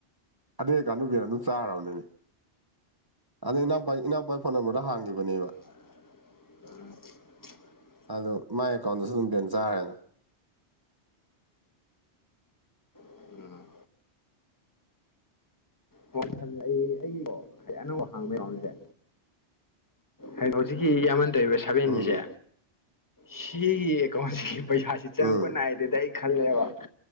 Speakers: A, on the right (about 20°); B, on the left (about 20°).
A: ꯑꯗꯨꯀꯥꯟꯗꯨꯒꯤꯩꯅꯣ ꯑꯗꯨꯝ ꯆꯥꯔꯕꯅꯤꯅꯦ ꯑꯗꯣ ꯏꯅꯥꯎꯄꯥ ꯏꯅꯥꯎꯄꯥ ꯐꯣꯟ ꯅꯝꯕꯔꯗ ꯍꯥꯡꯒꯤꯕꯅꯦꯕ
B: <unintelligible>
A: ꯑꯣ ꯃꯥꯏ ꯑꯦꯀꯥꯎꯟꯗꯁꯨ ꯑꯗꯨꯝ ꯕꯦꯟ ꯆꯥꯈ꯭ꯔꯦꯅꯦ
B: ꯎꯝ ꯄꯣꯁꯜꯦ ꯑꯩ ꯑꯩꯒꯤꯀꯣ ꯍꯥꯏ ꯑꯅꯧꯕ ꯍꯥꯡꯕ ꯌꯥꯎꯁꯦ ꯍꯥꯏ ꯍꯧꯖꯤꯛꯀꯤ ꯌꯥꯝꯃꯟ ꯇꯕ ꯁꯚꯦꯟꯁꯦ
A: ꯎꯝ
B: ꯁꯤꯒꯤ ꯑꯦꯀꯥꯎꯟꯁꯤꯒꯤ ꯄꯩꯁꯥꯁꯤ ꯆꯪꯉꯛꯄ
A: ꯎꯝ
B: ꯅꯥꯏꯗ ꯑꯗꯨꯗ ꯑꯩ ꯈꯜꯂꯦꯕ